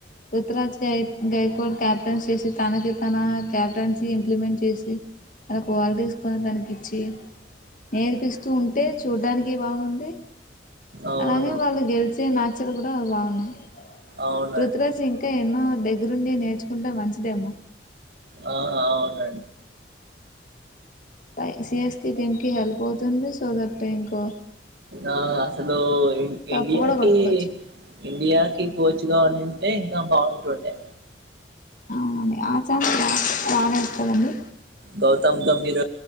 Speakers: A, on the left; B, on the right.
A: పృథ్వరాజ్ గ గైకోవాడ్ క్యాప్టెన్సీ చేసి తనకి తన క్యాప్టెన్సీ ఇంప్లిమెంట్ చేసి తనకు వల్లిస్ తీసుకొని తనకి ఇచ్చి నేర్పిస్తూ ఉంటే చూడ్డానికి బాగుంది
B: అవును
A: అలానే వాళ్ళు గెలిచే నాచలు కూడా బాగున్నాయి
B: అవునండి
A: డిఫరెన్సీ ఇంకా ఎన్నో దగ్గరుండి నేర్చుకుంటే మంచిదేమో
B: అ ఆవు
A: పై సిఎస్ టీమ్ కి హెల్ప్ అవుతుంది సో దట్ ఇంకో
B: ఆ అసలు
A: కప్పు
B: ఇండియాకి
A: కూడా కొట్టుకోవచ్చు.
B: ఇండియాకి కోచ్ గా ఉంటే ఇంకా బాగుంటుండే
A: అవునండి ఆ ఛాన్స్ రా బాగా వస్తుందండి
B: గౌతమ్ గంభీరు